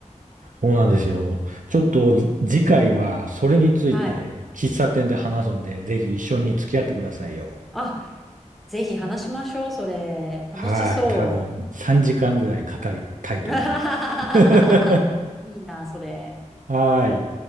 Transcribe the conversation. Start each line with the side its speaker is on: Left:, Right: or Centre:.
Right: そうなんですよ。ちょっと次回はそれについて喫茶店で話すんで、
Centre: はい。
Right: ぜひ一緒に付き合ってくださいよ。
Centre: あ、ぜひ話しましょう、それ。楽しそ
Right: はい。多分3時間ぐらい語りたいと思います。
Centre: う。<laughs>
Right: <laughs>
Centre: いいな、それ。
Right: はい。